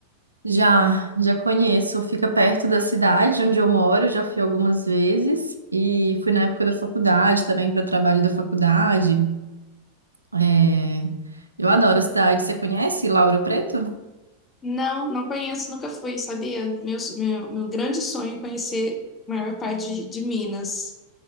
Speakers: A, on the right (about 80°); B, on the left (about 20°).
A: Já, já conheço. Fica perto da cidade onde eu moro, já fui algumas vezes. E fui na época da faculdade também, para trabalho da faculdade. É, eu adoro a cidade. Você conhece Lauro Preto?
B: Não, não conheço, nunca fui, sabia? Meu, meu, meu grande sonho é conhecer a maior parte de, de Minas.